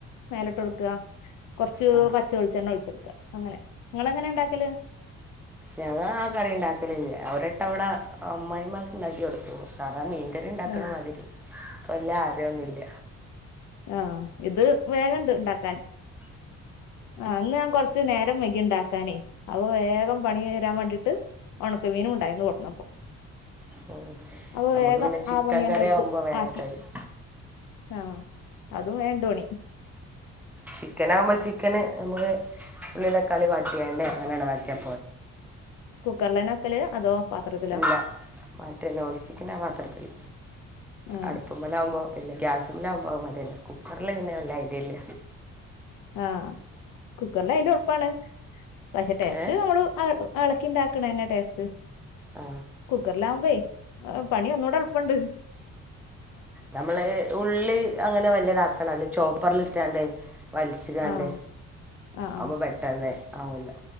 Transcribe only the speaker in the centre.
ആ
ഞങ്ങ ആ കറി ഇണ്ടാക്കലില്ലേ ഒരിട്ടവിടെ അമ്മായിമ്മക്ക് ഇണ്ടാക്കി കൊടുത്തു സാദാമീൻ കറി ഇണ്ടാക്കണ
മാതിരി വല്യ അറിയൊന്നുല്ല
ഉം
നമുക്ക്
പിന്നെ ചിക്കൻ
കറി
ആവുമ്പോ വേഗം
കഴിയും
ചിക്കൻ ആകുമ്പോ ചിക്കന് നമുക്ക് ഉള്ളീം തക്കാളീം വാട്ടിയാണ്ട് അങ്ങനെണതാക്കിയ
ഇല്ല മറ്റേ നോൺസ്റ്റിക്കിന്റെ പാത്രത്തില്
അടുപ്പമ്മലേ ആകുമ്പോ പിന്നെ ഗ്യാസുംമില് ആകുമ്പ മതില്ല കുക്കറിൽ പിന്നെ വല്ല്യ ഐഡിയ ഇല്ല
ഏ
ആ
നമ്മള് ഉള്ളി അങ്ങനെ വലിയതാക്കണം അല്ലെ ചോപ്പർലിട്ടാണ്ടേ വലിച്ച്ക്കാണ്ട്
ആകുബോ പെട്ടന്ന് ആക്കുല്ലേ